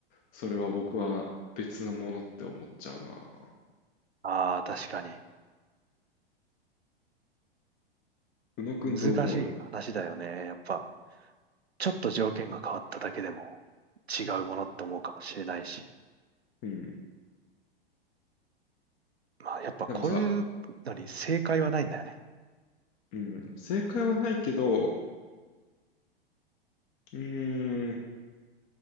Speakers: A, on the left; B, on the right.
A: それは僕は別のものって思っちゃうな。
B: ああ、確かに。
A: 宇野くんどう思う
B: 難しい話だよね。やっぱ、ちょっと条件が変わっただけでも違うものって思うかもしれないし。
A: うん。
B: まあ、やっぱこういうのに正解はないんだよね。
A: でもさ、うん、正解はないけど、うーん、